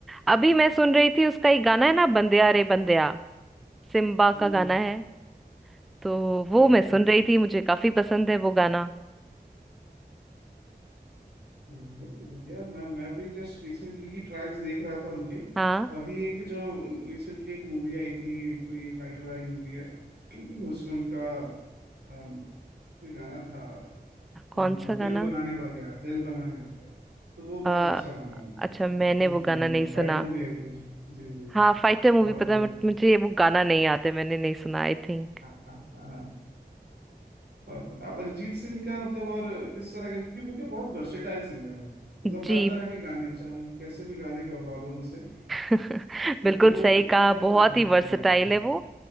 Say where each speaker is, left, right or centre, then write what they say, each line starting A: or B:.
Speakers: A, in the centre; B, on the right (about 80°).
A: अभी मैं सुन रही थी उसका एक गाना है ना बंदिया रे बंदिया सिम्बा
B: Oh
A: का गाना है तो
B: okay
A: वो मैं
B: okay
A: सुन रही थी मुझे काफी पसंद है वो गाना
B: बढ़िया बढ़िया। मैं मैं भी जस्ट रिसेंटली ही ट्रैक्स देख रहा था उनके तो
A: हाँ
B: अभी एक जो रिसेंटली एक मूवी आई थी कोई फाइटर वाली मूवी है उसमें उनका अम, कोई गाना था अम,
A: कौन सा
B: दिल
A: गाना
B: बनाने वाले हैं दिल बनाने वाले हैं तो वो बहुत
A: आ,
B: अच्छा गाना बना
A: अच्छा मैंने
B: दिल
A: वो
B: बनाने
A: गाना
B: वाला
A: नहीं
B: फाइटर
A: सुना
B: मूवी आई थी जी जी जी
A: हाँ फाइटर मूवी
B: और
A: पता है, but मुझे वो गाना नहीं याद है मैंने नहीं सुना आई थिंक
B: हाँ हाँ और आप अरिजीत सिंह का मतलब और किस तरह के क्योंकि वो क्या बहुत वर्सेटाइल सिंगर हैं मतलब
A: जी
B: हर तरह के गाने चाहे कैसे भी गाने गवा लो उनसे
A: <laughs>
B: तो
A: बिल्कुल
B: वो
A: सही कहा
B: हर
A: बहुत
B: तरह के
A: ही
B: गाने
A: वर्सेटाइल
B: गा देते हैं
A: है वो